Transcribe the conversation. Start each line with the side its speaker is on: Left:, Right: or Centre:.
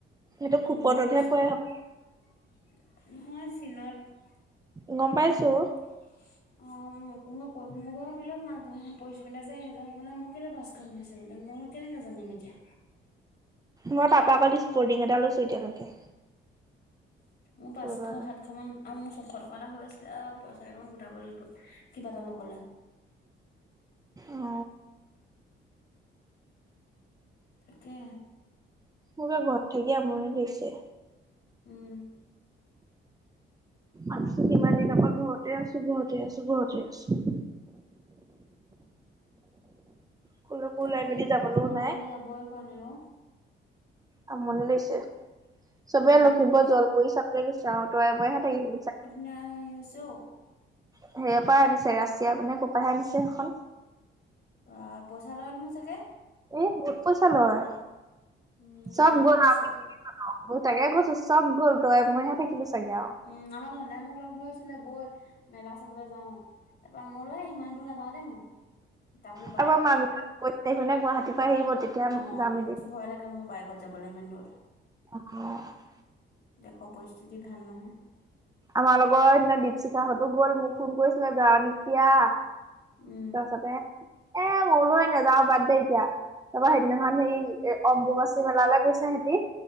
Right: সেইটো
Left: তোমাৰ
Right: কুপনতহে
Left: পছ,
Right: পৰে হপাই
Left: নহয় চীনত
Right: গম পাইছো।
Left: হয় <inaudible> অঁ মো মই প মোৰ ঘৰ কেলে সোমালো তুম পৰিস্মিতাৰ যে এহেজাৰ সোমালে, মোক কেলে পাঁচশ সোমাইছে বোলে মই কেনেকা জানিম এতিয়া?
Right: মই পাপাক কালি স্পৰ্টিং এটা লৈছো এতিয়ালৈকে।
Left: মোৰ পাঁচশ
Right: কৰোৱা নাই
Left: সাতশমান আৰু মোৰ ছশ টকা এটা হৈ আছে, আ পইচা কেইটামান গোটাব লাগিব কিবা এটা লবলে।
Right: অ।
Left: তাকে।
Right: মোৰ এ ঘৰত থাকি আমনি লাগিছে।
Left: উম।
Right: আছো কিমান দিনৰ পৰা ঘৰতে আছো ঘৰতে আছো ঘৰতে আছো। কুলকো
Left: তাকে
Right: ওলাই মেলি যাবলৈও
Left: কলৈকো
Right: নাই,
Left: যাবই পৰা নাই অ',
Right: আমনি লৈছে। চবে
Left: উম,
Right: লখিমপুৰ জলপৰি চাবলৈ বিচাৰো, তই মইহে থাকিব বিচাৰো।
Left: নাই হাঁহি আছে অ।
Right: সেইয়াৰ পৰাই আনিছে ৰাছিয়া মানে ক'ৰপাহে আনিছে সেইখন?
Left: পা পইচা লয় নহয় চাগে?
Right: এই বহুত পইচা লয়,
Left: উম, জৰ্ণাহত
Right: চব গ'ল
Left: গৈছে।
Right: <inaudible> অ তাকে কৈছো, চব গ'ল তই মইহে থাকিলো চাগে আৰু।
Left: উম, আমাৰ ধণে মোক লগ ধৰিছিলে বৈ মেলা চাবলৈ যাওঁ? তাপা মইবোলো ইমান দূৰ নাযাওঁ দেই মোক তামো বাইক
Right: তাৰপৰা মামী কৈছে সেইখনে গুৱাহাটীৰ পৰা আহিব তেতিয়া
Left: অঁ,
Right: যাম মেলি
Left: ভয় লাগে মোৰ বাইক কত যাবলে ইমান দূৰ।
Right: অঁ।
Left: দেশ পৰিস্থিতি ভাল নহয়।
Right: আমাৰ লগৰ সিদিনা দীপশিখাহঁতো গ'ল মোক ফোন কৰিছিলে যা নিকি আ।
Left: উম,
Right: তাৰপাছতে এ মোৰোহে নাযাও বাদ দে এতিয়া। তাৰপৰা সেইদিনাখন সেই এ অম্বুবাচী মেলালে গৈছে সেহতি